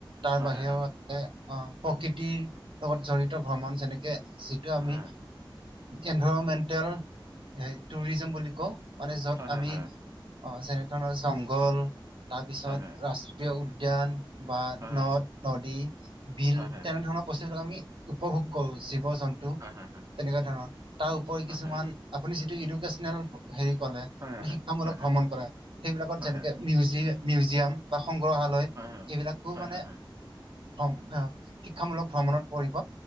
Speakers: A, on the right; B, on the right.
A: তাৰ
B: হয়
A: বাহিৰেত
B: হয়
A: আহ, প্ৰকৃতিৰ লগত জড়িত ভ্ৰমণ যেনেকে যিটো আমি
B: হয়
A: এনভাইৰমেণ্টেল টুৰিজিম বুলি কওঁ মানে যত
B: হয় হয়
A: আমি অ' যেনে ধৰণৰ জংঘল তাৰপিছত
B: হয়
A: ৰাষ্ট্ৰীয় উ উদ্যান বা
B: হয় হয়
A: নদ-
B: হয়
A: নদী, বিল
B: হয় হয়
A: তেনে ধৰণৰ বস্তু বিলাকক আমি উপভোগ কৰো জীৱ -জন্তু
B: হয় হয়
A: তেনেকুৱা ধৰণৰ তাৰ উপৰি
B: হয়
A: কিছুমান আপুনি ইটো ইডুকেচনেল হেৰি কলে
B: হয়
A: মানে
B: হয়
A: শিক্ষামূলক
B: হয় হয় হয়
A: ভ্ৰমণ কৰে সেইবিলাকত
B: হয়
A: যেনেকে মউজি মিউজিয়াম বা সংগ্ৰহালয়
B: হয় হয় হয় হয়
A: এইবিলাক কো
B: হয়
A: মানে
B: হয়
A: ভ্ৰম -শিক্ষামূলক ভ্ৰমণত পৰিব